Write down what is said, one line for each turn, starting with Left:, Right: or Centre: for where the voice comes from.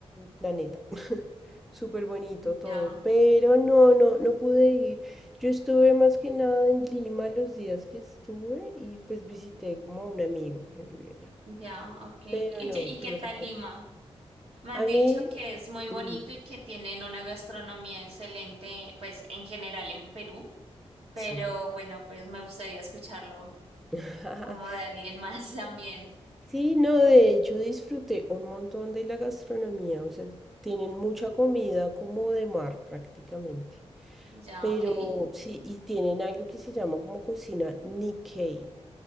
Centre: planeta. <laughs> Súper bonito todo,
Right: Ya.
Centre: pero no, no, no pude ir. Yo estuve más que nada en Lima los días que estuve y pues visité como a un amigo que vivía allá,
Right: Ya, ok.
Centre: pero
Right: ¿Y,
Centre: no,
Right: qué y
Centre: estuve
Right: qué tal
Centre: re poco.
Right: Lima? Me han
Centre: A
Right: dicho
Centre: mí,
Right: que es muy bonito
Centre: ujú,
Right: y que tienen una gastronomía excelente, pues en general en Perú, pero
Centre: sí.
Right: bueno, pues me gustaría escucharlo
Centre: <laughs>
Right: como de alguien más <laughs> también.
Centre: Sí, no, de hecho disfruté un montón de la gastronomía, o sea, tienen mucha comida como de mar prácticamente.
Right: Ya,
Centre: Pero
Right: ok.
Centre: sí, y tienen algo que se llama como cocina Nikkei,